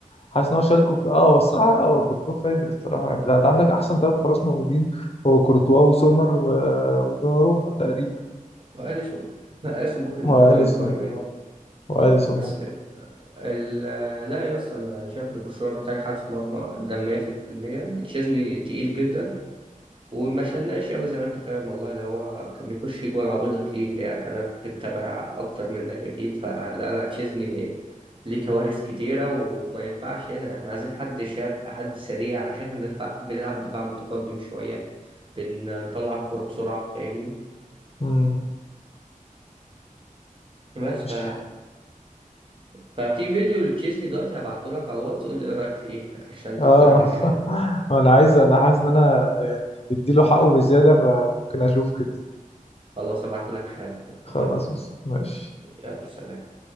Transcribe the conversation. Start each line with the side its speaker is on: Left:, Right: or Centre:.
Left: حاسس ان هو شالكو في اه هو الصراحه لا هو كورتوا فاجر الصراحه يعني ده انت عندك احسن ثلاث حراس موجودين هو كورتوا وسومر و... ودوناروما تقريبا
Right: وأليسون <laughs> أليسون ممكن
Left: واليسون
Right: ندخله القايمة دي
Left: واليسون
Right: بس
Left: ممكن
Right: ال- لا يا اسطى أنا شايف إن برشلونة محتاج حارس مرمى ده 100% تشيزني تقيل جدا وما شلناش قوي زي ما انت فاهم والله ده هو كان بيخش جوه العبيطة كتير يعني انا كنت متابع اكتر منك اكيد فلا لا تشيزني ليه كوارث كتيره وما ينفعش هنا احنا عايزين حد شاب حد سريع عشان احنا بندفع- بنلعب دفاع متقدم شوية بنطلع الكورة بسرعة فاهمني
Left: مم.
Right: بس
Left: مش
Right: ف... ففي فيديو لتشيزني دلوقتي هبعته لك على الواتس قول لي ايه رأيك فيه عشان تقتنع
Left: اه
Right: بكلامي
Left: <laughs> انا عايز انا حاسس ان انا يعني بديله حقه بزياده فممكن اشوف كده
Right: خلاص هبعته لك حالا اتفقنا
Left: خلاص ماشي
Right: يلا سلام